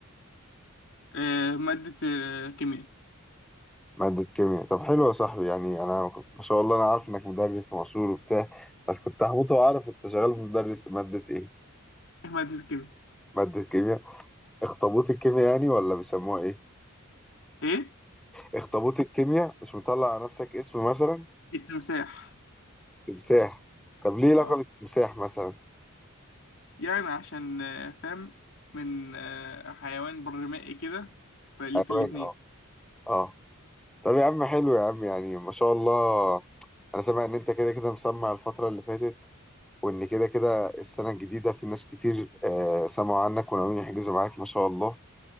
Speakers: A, on the left (about 65°); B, in the centre.
A: آه، ماده آه، كيمياء <laughs>
B: مادة كيمياء طب حلو يا صاحبي يعني انا ك- ما شاء الله انا عارف انك مدرس ومشهور وبتاع بس كنت هموت واعرف انت شغال في مدرس مادة ايه
A: إيه ماده الكيمياء
B: مادة كيمياء اخطبوط الكيمياء يعني ولا بيسموها ايه
A: ايه
B: اخطبوط الكيمياء مش مطلع على نفسك اسم مثلا
A: التمساح
B: تمساح طب ليه لقب
A: آه.
B: التمساح مثلا
A: يعني عشان آه، فاهم من آه، حيوان برمائي كده فليه
B: حيوان
A: في الاتنين
B: اه اه طب يا عم حلو يا عم يعني ما شاء الله انا سامع ان انت كده كده مسمع الفترة اللي فاتت وان كده كده السنه الجديده في ناس كتير آه سمعوا عنك وناويين يحجزوا معاك ما شاء الله